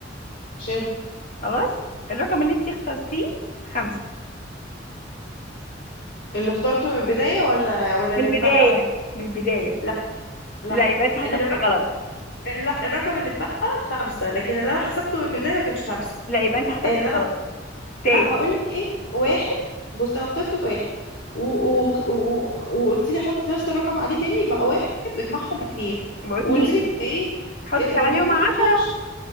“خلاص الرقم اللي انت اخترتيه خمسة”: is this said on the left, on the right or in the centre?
Left